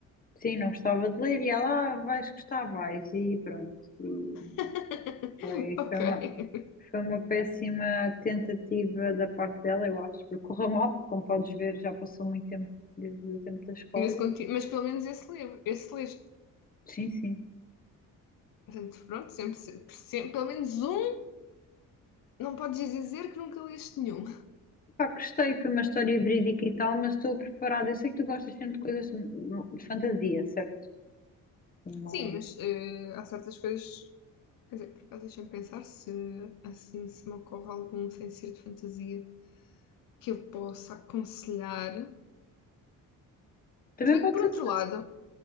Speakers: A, on the left; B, on the left.
A: sim, não gostava de ler e ela, ah, vais gostar, vais. E pronto. E
B: <laughs>
A: foi,
B: Ok,
A: foi uma, foi uma péssima tentativa da parte dela, eu acho, porque correu mal, porque como podes ver, já passou muito tempo desde o tempo da escola.
B: Mas conti- mas pelo menos esse livro, esse leste.
A: Sim, sim.
B: Portanto, pronto, sempre, sempre- pelo menos um, não podes dizer que nunca leste nenhum.
A: Pá, gostei, foi uma história verídica e tal, mas estou preparada. Eu sei que tu gostas sempre de coisas de de fantasia, certo? Sim, mas
B: Sim, mas eh, há certas coisas. Quer dizer, por acaso, deixa-me pensar se assim se me ocorre algum sem ser de fantasia que eu possa aconselhar.
A: também
B: Se bem
A: pode
B: que, por
A: ser
B: outro
A: de
B: lado,